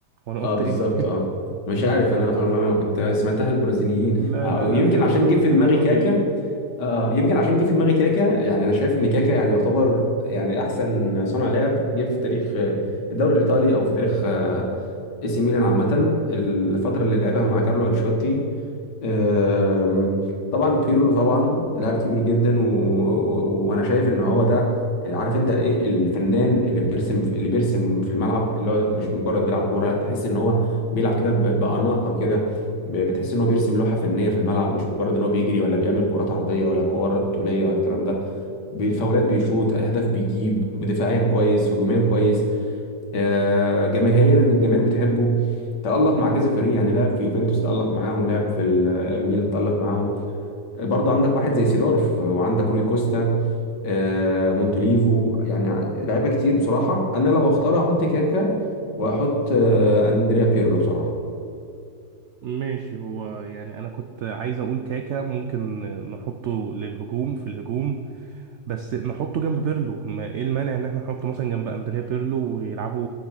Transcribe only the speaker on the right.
وأنا قلت
إيه <laughs>
لا
لا لا
أنا
قلت
الإيطاليين
ماشي هو يعني أنا كنت عايز أقول كاكا ممكن نحطه للهجوم في الهجوم بس نحطه جنب بيرلو ما ايه المانع ان احنا نحطه مثلا جنب اندريا بيرلو ويلعبوا